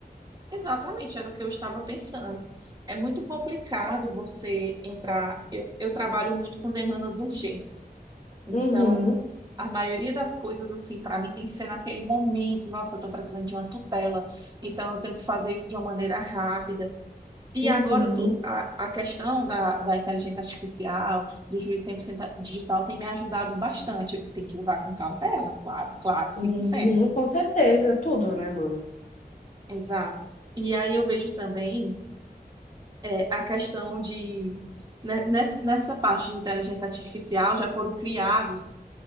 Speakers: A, on the right; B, on the left.
A: exatamente, era o que eu estava pensando. É muito complicado você entrar. Eu, eu trabalho muito com demandas urgentes. Então,
B: Uhum,
A: a maioria das coisas, assim, para mim tem que ser naquele momento. Nossa, eu estou precisando de uma tutela. Então, eu tenho que fazer isso de uma maneira rápida. E
B: uhum,
A: agora tu- a, a questão da, da inteligência artificial, do juiz 100% digital, tem me ajudado bastante. Tem que usar com cautela, claro, claro, 100%.
B: uhum, com certeza, tudo, né, mano?
A: Exato. E aí eu vejo também é, a questão de, né, ness- nessa parte de inteligência artificial, já foram criados